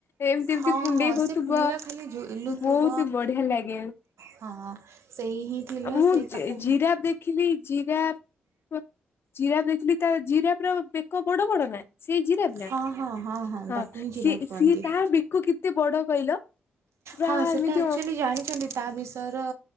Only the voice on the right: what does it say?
ହଁ
ହଁ
ସେ ପୁରା ଖାଲି ଝୁଲୁଥିବ
ହଁ ସେଇ ହିଁ ଥିଲା
ସେ
ତାକୁ
ହଁ ହଁ
ତାକୁ ହିଁ ଜିରାଫ
କୁହନ୍ତି
ହଁ ସେଇଟା
ଆକ୍ଚୁଆଲି ଜାଣିଛନ୍ତି ତା ବିଷୟର